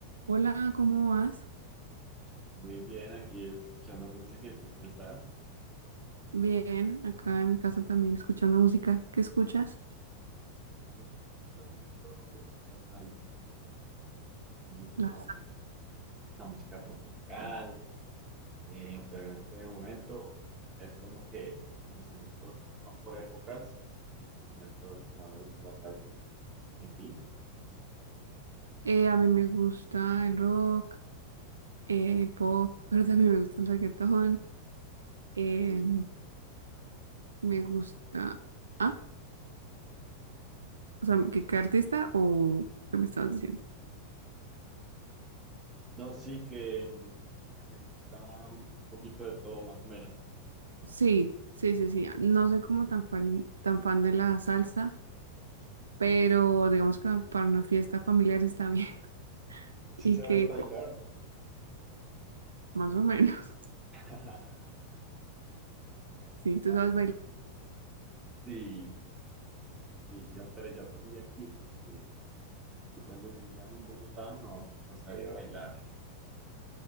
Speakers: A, on the right; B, on the right.
A: Hola, ¿cómo vas?
B: Muy bien, aquí escuchando música. ¿Y tú cómo estás?
A: Bien, acá en mi casa también escuchando música. ¿Qué escuchas?
B: Me gusta mucho la salsa, mucho
A: Las.
B: la música tropical, eh, pero en este momento es como que mis gustos van por épocas. En este momento que más me gusta la salsa. ¿Y a ti?
A: Eh, a mí me gusta el rock, eh, el pop, <laughs> pero también me gusta el reggaetón. eh,
B: Sí.
A: me gusta... Ah, o sea, ¿qué, qué artista o qué me estabas diciendo?
B: No, sí que mm, que te gusta un poquito de todo, más o menos.
A: Sí, sí, sí, sí. No soy como tan fan, tan fan de la salsa, pero digamos que para una fiesta familiar está bien <laughs> y
B: ¿Sí sabes
A: que
B: bailar?
A: más o menos.
B: <laughs>
A: Sí, ¿tú
B: Ah,
A: sabes bailar?
B: Sí, sí, yo, pero yo aprendí aquí porque Yo cuando vivía en Bogotá no, no sabía bailar.